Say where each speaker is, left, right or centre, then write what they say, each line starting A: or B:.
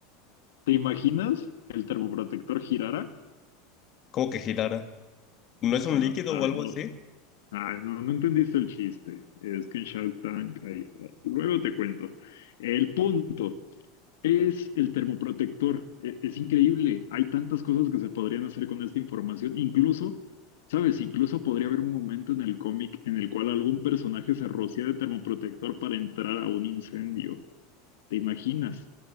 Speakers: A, on the left; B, on the left.
A: ¿Te imaginas que el termoprotector girara?
B: ¿Cómo que girara? ¿No
A: Ajá,
B: es un líquido
A: ah,
B: o algo
A: no.
B: así?
A: Ah, no, no entendiste el chiste. Es que en Shark Tank hay... Luego te cuento. El punto Es el termoprotector. E- Es, increíble. Hay tantas cosas que se podrían hacer con esta información. Incluso, ¿sabes? Incluso podría haber un momento en el cómic en el cual algún personaje se rocía de termoprotector para entrar a un incendio. ¿Te imaginas?